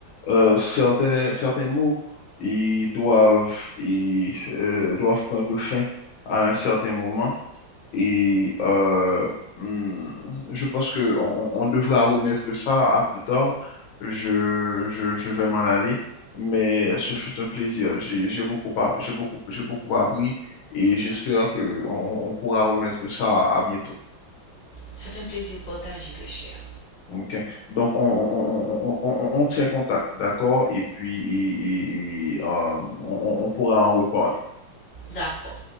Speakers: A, on the left; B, on the left.
A: euh, certains, certains mots, ils doivent, ils, euh, doivent prendre fin à un certain moment. Et euh, hmm, je pense que on, on on devra remettre ça à plus tard. Je, je, je vais m'en aller, mais ce fut un plaisir. J'ai, j'ai beaucoup, par- j'ai beaucoup, j'ai beaucoup appris et j'espère que on on pourra remettre ça à bientôt.
B: C'est un plaisir partagé, très cher.
A: OK. Donc, on, on, on, on, on- on tient contact, d'accord? Et puis, et- et- et, euh, on, on on pourra en reparler.
B: D'accord.